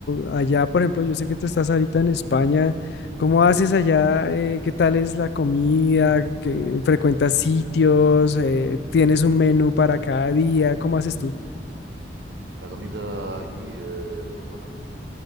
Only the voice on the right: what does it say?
La comida allí es muy buena, muy